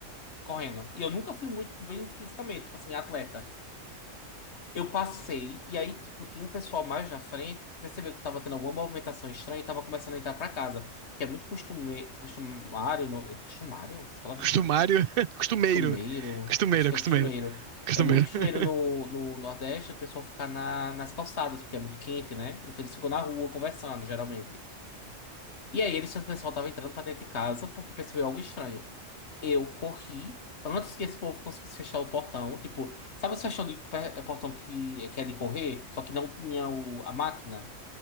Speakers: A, on the left (about 60°); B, on the right (about 60°).
A: correndo. E eu nunca fui muito bem fisicamente, tipo assim, atleta. Eu passei, e aí, tipo, tinha um pessoal mais na frente que percebeu que tava tendo alguma movimentação estranha e tava começando a entrar pra casa. Que é muito costume... costumário. No... é Costumário? Essa palavra
B: Costumário,
A: existe?
B: <laughs> costumeiro.
A: Costumeiro.
B: Costumeiro,
A: Acho que
B: costumeiro.
A: é costumeiro.
B: Costumeiro.
A: É muito costumeiro
B: <laughs>
A: no, no Nordeste o pessoal ficar na... nas calçadas, porque é muito quente, né? Então eles ficam na rua conversando, geralmente. E aí, eles, o pessoal tava entrando pra dentro de casa porque percebeu algo estranho. Eu corri antes que esse povo conseguisse fechar o portão. Tipo, sabe o fechão de pe- é portão que, que é de correr? Só que não tinha o, a máquina.